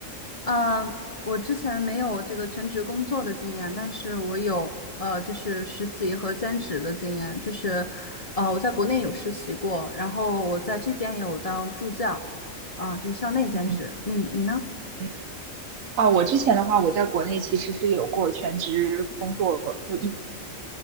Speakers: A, on the left (about 30°); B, on the right (about 75°).
A: 呃，我之前没有这个全职工作的经验，但是我有呃，就是实习和兼职的经验，就是呃，我在国内有实习过，然后我在这边有当助教，啊、就是校内兼职。
B: 嗯，
A: 嗯，你呢？
B: 嗯啊，我之前的话，我在国内其实是有过全职工作，就一。